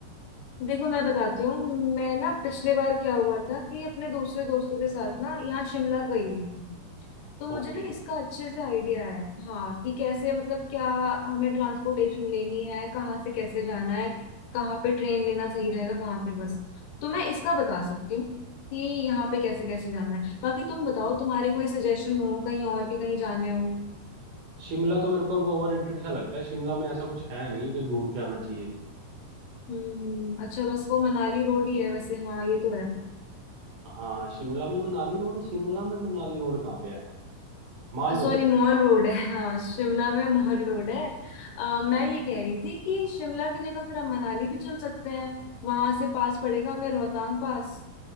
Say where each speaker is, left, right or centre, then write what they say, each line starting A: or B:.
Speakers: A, on the left (about 85°); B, on the right (about 60°).
A: देखो मैं बताती हूँ मैं ना पिछले बार क्या हुआ था कि अपने दूसरे दोस्तों के साथ ना यहाँ शिमला गई हुई थी तो मुझे
B: ओके
A: ना इसका अच्छे से आइडिया है हाँ कि कैसे मतलब क्या हमें ट्रांसपोर्टेशन लेनी है कहाँ से कैसे जाना है कहाँ पे ट्रेन लेना सही
B: हम्म
A: रहेगा कहाँ पे बस तो मैं इसका बता सकती हूँ कि यहाँ पे कैसे कैसे जाना है बाकी तुम बताओ तुम्हारे कोई सजेशन हो कहीं और के कहीं जाने हो
B: शिमला तो मेरे को वो ओवररेटेड सा लगता है शिमला में ऐसा कुछ है नहीं कि घूम के आना चाहिए
A: हम्म हम्म, अच्छा बस वो मनाली रोड ही है वैसे हाँ ये तो है
B: हाँ शिमला में मनाली रोड है शिमला में मनाली रोड कहाँ पे है माल रोड
A: सॉरी मॉल रोड है हाँ शिमला में मॉल रोड है अ, मैं
B: हाँ
A: ये कह रही थी कि शिमला की जगह फिर हम मनाली भी चल सकते हैं वहां से पास पड़ेगा हमें रोहतांग पास